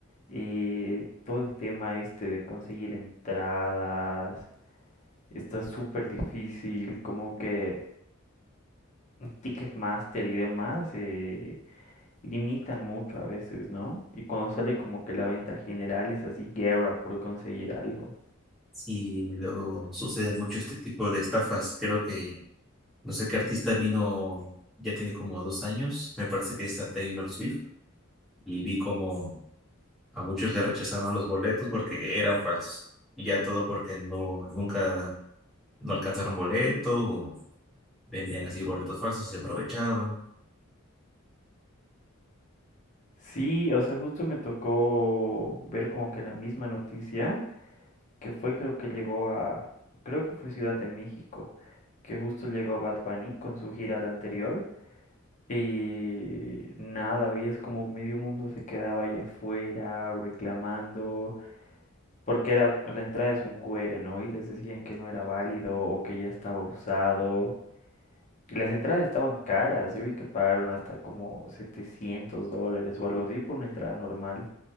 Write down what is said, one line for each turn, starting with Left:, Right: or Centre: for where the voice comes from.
Left: Eh, todo el tema este de conseguir entradas está súper difícil, como que Ticketmaster y demás. eh, limitan mucho a veces, ¿no? Y cuando sale como que la venta general es así, guerra por conseguir algo.
Centre: Sí, luego sucede mucho este tipo de estafas. Creo que no sé qué artista vino, ya tiene como dos años, me parece que es a Taylor Swift, y vi como A muchos le rechazaban los boletos porque eran falsos. Y ya todo porque no, nunca no alcanzaron boleto o vendían así boletos falsos y se aprovechaban.
Left: Sí, o sea, justo me tocó ver como que la misma noticia, que fue creo que llegó a, creo que fue Ciudad de México, que justo llegó Bad Bunny con su gira la anterior. Y nada, veías como medio mundo se quedaba ahí afuera reclamando, porque era, la entrada es un QR, ¿no? Y les decían que no era válido o que ya estaba usado. Y las entradas estaban caras. Yo vi que pagaron hasta como 700 dólares o algo así por una entrada normal.